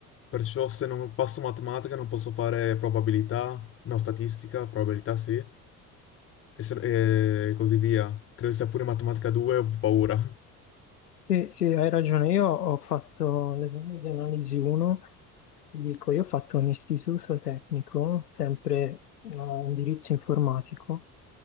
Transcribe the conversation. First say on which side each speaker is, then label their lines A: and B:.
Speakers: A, on the left; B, on the left.
A: perciò se non passo matematica non posso fare probabilità, no, statistica, probabilità sì, e, se- e così via. Credo sia pure matematica 2, ho paura.
B: Sì, sì, hai ragione. Io ho fatto l'esame di analisi 1, ti dico, io ho fatto un istituto tecnico, sempre eh, indirizzo informatico,